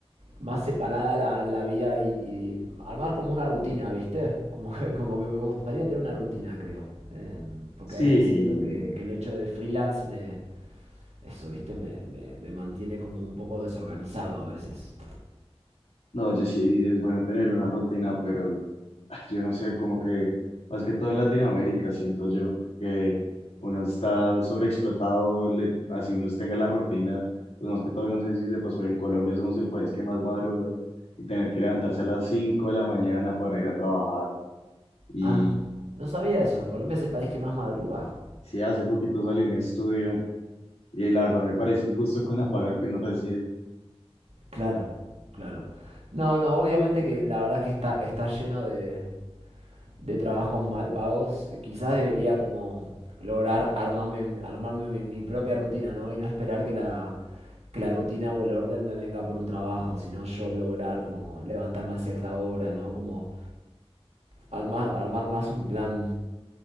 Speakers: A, on the right; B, on the left.
A: más separada la, la vida y, y armar como una rutina, ¿viste? Como que, como que me gustaría tener una rutina, creo. Eh, porque
B: Sí,
A: a veces siento que, que el hecho de freelance me, eso, ¿viste? Me, me, me mantiene como un poco desorganizado a veces.
B: No, yo sí, es bueno tener una rutina, pero ah, yo no sé, como que más que todo en Latinoamérica siento yo que uno está sobreexplotado, le- así uno tenga la rutina, pues más que todo, no sé si sepas, pero en Colombia somos el país que más madruga y tener que levantarse a las 5 de la mañana para ir a trabajar. Y
A: Ah, no sabía eso. ¿Colombia es el país que más madruga?
B: sí, hace poquito salió un estudio y la verdad me parece injusto con la paga que uno recibe.
A: Claro, claro. No, no, obviamente que la verdad que está, está lleno de, de trabajos mal pagos, eh, quizás debería como lograr armarme, armarme mi, mi propia rutina, ¿no? Y no esperar que la, que la rutina o el orden me venga por un trabajo, sino yo lograr como levantarme a cierta hora, ¿no? Como armar, armar más un plan,